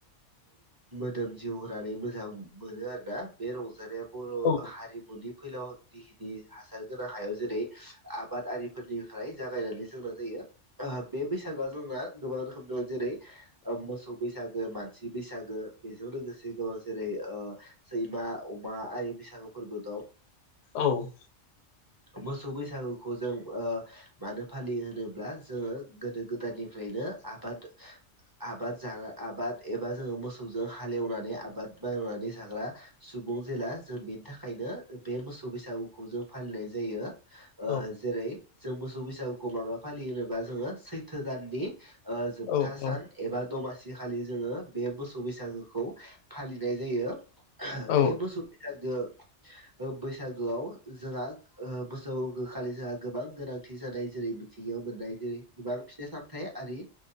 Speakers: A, on the right; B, on the left.
A: मोदोम जिउ होनानै मोजां मोनो आरोना बे रंजानाया बर'
B: औ।
A: हारिमुनि फैलाव जिखिनि हासार गोनां हायाव जेरै आबाद आरिफोरनिफ्राय जागायनानै जोंना जायो। ओ बे बैसागोआव जोंना गोबां रोखोम दं जेरै मोसौ बैसागो मानसि बैसागो बेजों लोगोसे गोबां जेरै सैमा अमा आरो बैसागु फोरबो दं।
B: औ
A: मोसौ बैसागुखौ जों ओ मानो फालियो होनोब्ला जोङो गोदो गोदायनिफ्रायनो आबाद आबाद जा आबाद एबा जोङो मोसौजों हालेवनानै आबाद मावनानै जाग्रा सुबुं जेला जों बेनि थाख खायनो बे मोसौ बैसागुखौ जों फालिनाय जायो ओ
B: औ
A: जेरै जों मोसौ बैसागुखौ माबा फालियोबा जोङो सैथो दाननि ओ जोबथा
B: औ
A: सान।
B: औ
A: एबा दमासि खालि जोङो बे मोसौ बैसागोखौ फालिनाय जायो
B: औ
A: बे बोसौ बिदांजों बैसागोआव जोंहा बोसौ खालि जोंहा गोबां गोनांथि जानाय जेरै थिगयाव मोननाय जेरै गोबां फिथाय सामथाय आरि